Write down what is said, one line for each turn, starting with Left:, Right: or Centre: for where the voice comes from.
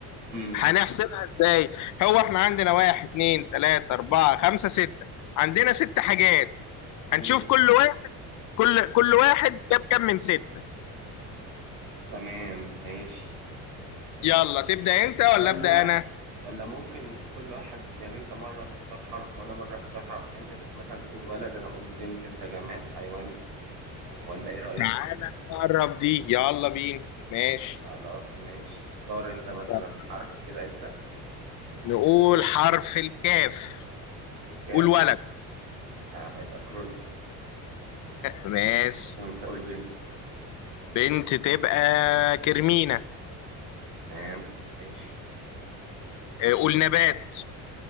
Right: امم
Left: هنحسبها ازاي هو احنا عندنا واحد اتنين تلاتة اربعة خمسة ستة عندنا ست حاجات
Right: امم
Left: هنشوف كل واحد كل كل واحد جاب كام من ستة
Right: تمام ماشي
Left: يلا تبدأ انت ولا
Right: ولا
Left: ابدأ انا
Right: ولا ممكن كل واحد يعني انت مرة تختار حرف وانا مرة اختار حرف انت ت- مثلا تقول ولد انا اقول بنت انت جماد حيوان ولا ايه رأيك
Left: تعالى نقرب دي يلا بينا ماشي
Right: خلاص ماشي اختار انت مثلا
Left: يلا.
Right: حرف كده ابدأ
Left: نقول حرف الكاف
Right: الكاف
Left: قول ولد
Right: آه، هيبقى كرول
Left: ماشي
Right: وانت قول بنت
Left: بنت تبقى كرمينة
Right: تمام ماشي
Left: اه، قول نبات